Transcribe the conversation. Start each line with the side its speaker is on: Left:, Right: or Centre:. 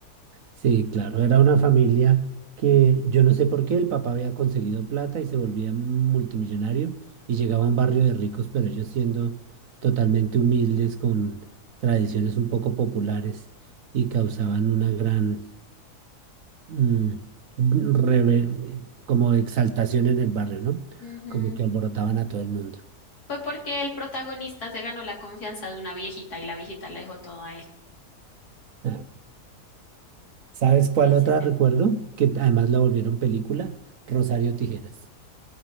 Right: Sí, claro, era una familia que yo no sé por qué el papá había conseguido plata y se volvía multimillonario y llegaba a un barrio de ricos, pero ellos siendo totalmente humildes, con tradiciones un poco populares y causaban una gran mm, reve- como exaltación en el barrio, ¿no?
Left: Ujú.
Right: Como que alborotaban a todo el mundo.
Left: Fue porque el protagonista se ganó la confianza de una viejita y la viejita le dejó todo a él.
Right: Ah, ¿Sabes cuál
Left: Y es
Right: otra
Left: este.
Right: recuerdo? Que además la volvieron película, Rosario Tijeras.